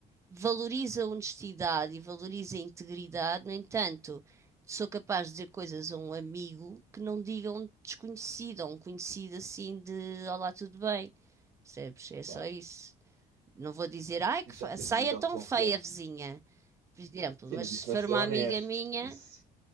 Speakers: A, on the right; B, on the right.
A: valoriza a honestidade e valoriza a integridade. No entanto, sou capaz de dizer coisas a um amigo que não diga a um desconhecido, a um conhecido assim de Olá, tudo bem, percebes? É só
B: Claro.
A: isso. Não vou dizer, ai,
B: Isso
A: que fa-
B: já depende
A: saia
B: do nível
A: tão
B: de confiança.
A: feia, vizinha, por exemplo,
B: Sim,
A: mas
B: mas
A: se
B: isso
A: for
B: não é ser
A: uma
B: honesto.
A: amiga minha.
B: Isso...